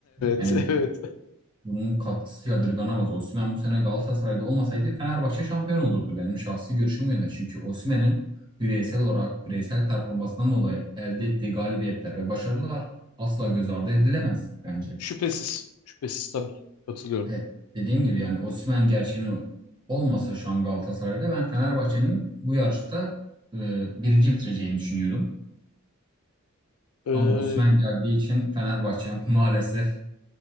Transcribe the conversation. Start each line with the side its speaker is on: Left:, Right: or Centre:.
Right: Yani
Left: Evet, <laughs> evet.
Right: bunun katkısı yadırganamaz. Osimhen bu sene Galatasaray'da olmasaydı Fenerbahçe şampiyon olurdu. Benim şahsi görüşüm yönde. Çünkü Osimhen'in bireysel olarak bireysel performansından dolayı elde ettiği galibiyetler ve başarılar asla göz ardı edilemez bence.
Left: Şüphesiz. Şüphesiz tabii. Katılıyorum.
Right: E, dediğim gibi yani Osimhen gerçeğini olmasa şu an Galatasaray'da ben Fenerbahçe'nin bu yarışta e, birinci bitireceğini düşünüyordum.
Left: Ee,
Right: Ama Osimhen geldiği için Fenerbahçe <laughs> maalesef